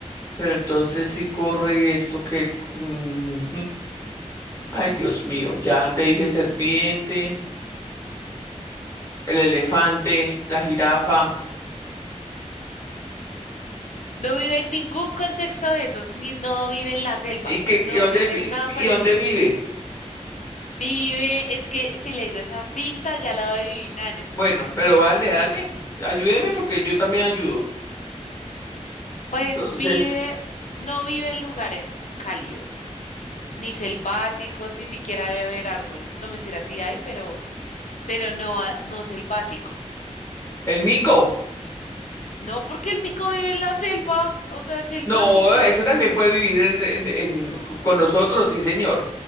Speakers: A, on the left; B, on the left.
A: pero entonces si corre y esto que... mm, ay, Dios mío, ya te dije serpiente, el elefante, la jirafa.
B: No vive en ningún contexto de esos, ni no vive en la selva.
A: ¿Y, qué,
B: No
A: y dónde,
B: vive
A: vi-
B: en nada parecido.
A: y dónde vive?
B: Vive, es que si le digo esa pista ya la va a adivinar, entonces
A: Bueno,
B: no.
A: pero vale, dale. Ayúdeme porque yo también ayudo.
B: Pues
A: Entonces,
B: vive, no vive en lugares cálidos, ni selváticos, ni siquiera debe haber árboles. No, mentira, sí hay, pero, pero no, a- no selvático.
A: el mico.
B: No, porque el mico vive en la selva, o sea, selvático.
A: No, ese también puede vivir en, en- en-
B: No,
A: co- con nosotros, sí, señor.